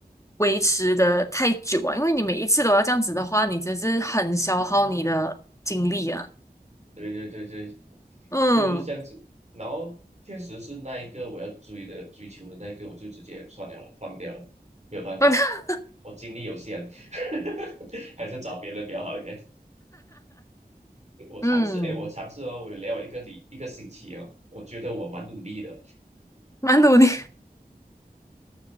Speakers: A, on the left; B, on the right.
A: 维持的太久啊，因为你每一次都要这样子的话，你真是很消耗你的精力啊。
B: 对对对对，
A: 嗯，
B: 就是这样子。然后确实是那一个我要追的追求的那一个，我就直接算了了，放掉了，没有办法，
A: <laughs>
B: 我精力有限，<laughs> 还是找别人比较好一点。我尝试，
A: 嗯，
B: 哎，我尝试哦，我聊一个礼一个星期哦，我觉得我蛮努力的。
A: 蛮努力，